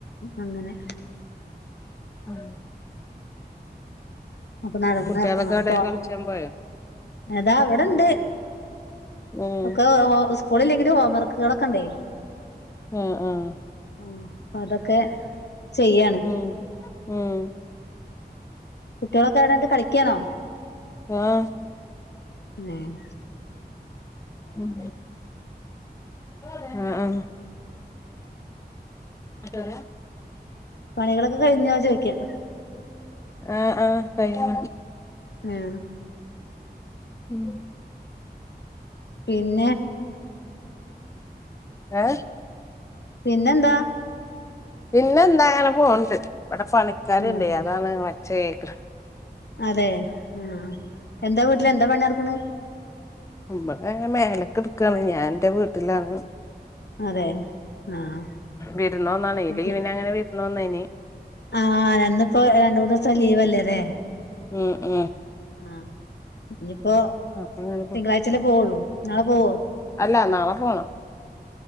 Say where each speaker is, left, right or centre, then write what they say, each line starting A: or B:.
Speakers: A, on the left; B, on the left.
A: അങ്ങനെ.
B: ആ.
A: അപ്പൊ നടന്ന്
B: കുട്ടികളൊക്കെ
A: പോണ,
B: എവിടെ
A: പോണ
B: കളിച്ചാൻ പോയോ
A: ഏതാ അവിടെണ്ട്.
B: ഉം
A: ഒക്കെ സ്കൂളില്ലെങ്കിലും ഹോം വർക്കുകളൊക്കെണ്ടേ.
B: ആഹ്, ആഹ്.
A: ഉം അപ്പൊ അതൊക്കെ ചെയ്യണം.
B: ഉം, ഉം.
A: കുട്ട്യോളൊക്കെ എവിടെണ്ട് കളിക്കണോ?
B: ആ.
A: ഉം.
B: ഉം ആഹ്, ആഹ്. മറ്റോര.
A: പണികളൊക്കെ കഴിഞ്ഞാ ചോദിക്കാം.
B: ആഹ്, ആഹ് കഴിഞ്ഞ്.
A: ഉം.
B: ഉം.
A: പിന്നെ.
B: ഏ.
A: പിന്നെന്താ.
B: പിന്നെ ന്താങ്ങനെ പോണ്ട് ഇവിടെ പണിക്കാരുണ്ട്
A: ഉം
B: അതാണ് ഒച്ച കേക്കണ.
A: അതെ ആഹ് എന്താ വീട്ടില് എന്താ പണി നടക്കണ്?
B: വ്ടേ മേലൊക്കെ എടുക്കണ് ഞാൻ എന്റെ വീട്ടിലാണ്.
A: അതെ ആഹ്
B: വിരുന്ന് വന്നാണ്
A: അത്
B: ലീവിനെ അങ്ങനെ വിരുന്ന് വന്നെനി.
A: ആഹ് ഇന്നിപ്പോ രണ്ടൂന്നിസം ലീവല്ലേ.
B: ഉം, ഉം.
A: ആഹ് ഇനിയിപ്പോ
B: അപ്പൊ അങ്ങനെ പോ
A: തിങ്കളാഴ്ചല്ലേ പോവുള്ളൂ നാളെ പോവോ.
B: അല്ല നാള പോണം.